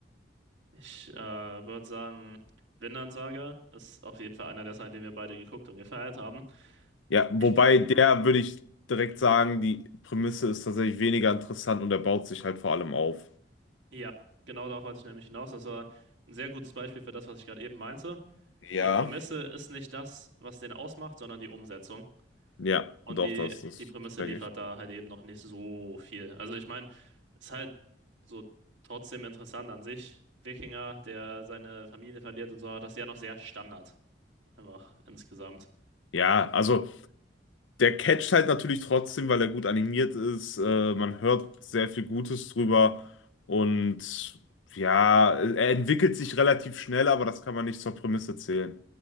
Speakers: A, on the right (about 80°); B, on the left (about 80°).
A: Ich äh, würde sagen, Vinland Saga ist auf jeden Fall einer der Sachen, den wir beide geguckt und gefeiert haben.
B: Ja, wobei
A: Ich würde,
B: der würde ich direkt sagen, die Prämisse ist tatsächlich weniger interessant und er baut sich halt vor allem auf.
A: ja, genau darauf wollte ich nämlich hinaus. Das war ein sehr gutes Beispiel für das, was ich gerade eben meinte.
B: Ja.
A: Die Prämisse ist nicht das, was den ausmacht, sondern die Umsetzung.
B: Ja,
A: Und
B: doch,
A: die,
B: das, das,
A: die Prämisse
B: das check
A: liefert
B: ich.
A: da halt eben noch nicht so viel. Also ich meine, ist halt so trotzdem interessant an sich. Wikinger, der seine Familie verliert und so, das ist ja noch sehr Standard. Einfach insgesamt.
B: Ja, also. Der catcht halt natürlich trotzdem, weil er gut animiert ist. Äh, man hört sehr viel Gutes drüber. Und ja, er entwickelt sich relativ schnell, aber das kann man nicht zur Prämisse zählen.